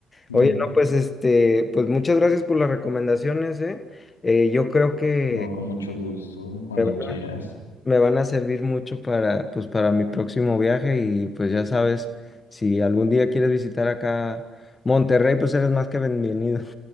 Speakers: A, on the left; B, on the left.
A: Ujú.
B: Oye, no, pues este, pues muchas gracias por las recomendaciones, ¿eh? Eh, yo creo que
A: No, con mucho gusto, cuando
B: me van
A: quieras.
B: a, me van a servir mucho para, pues, para mi próximo viaje y pues ya sabes, si algún día quieres visitar acá Monterrey, pues eres más que bienvenido.